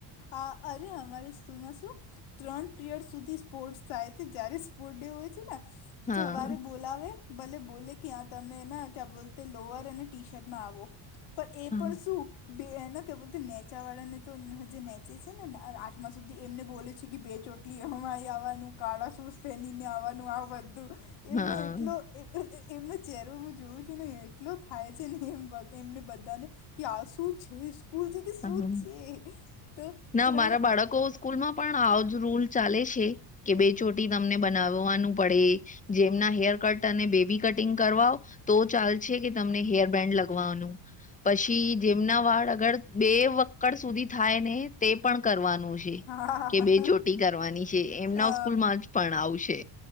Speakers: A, on the left; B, on the left.
A: આ અરે અમારી સ્કૂલમાં શું. ત્રણ પિરિયડ સુધી સ્પોર્ટ્સ થાય છે જ્યારે સ્પોર્ટ ડે હોય છે ને
B: હા
A: સવારે બોલાવે ભલે બોલે ક્યાં તમે ક્યાં બોલ લોવર અને ટી શર્ટમાં આવો. પણ
B: હા
A: એ પણ શું એના કેતે નેચાવાળા ને તો જે નેચે છે ને આઠમા સુધી એમને બોલે છે કે બે ચોટલી એ કાળા શૂઝ પહેનીને આવવાનું આ બધું એમનો
B: હા
A: એટલો એમનો ચહેરો હું જોઉં છું ને, એટલો થાય છે. નહીં એમ, એમને બધાને. કે આ શું છે? સ્કૂલ છે કે શું
B: હા
A: છે? તો
B: ના,
A: ત્રણ
B: મારા બાળકો સ્કૂલમાં પણ આવજ રૂલ ચાલે છે. કે બે ચોટી તમને બનાવવાનું પડે. જેમના હેર કટ અને બેબી કટિંગ કરવા હોય. તો ચાલ છે કે, તમને હેર બેન્ડ લગવાનું. પછી જેમના વાળ આગળ બે વક્કડ સુધી થાય ને, તે પણ કરવાનું છે
A: હા
B: કે બે ચોટી. કરવાની છે એમના
A: અ
B: સ્કૂલ માં જ, પણ આવશે.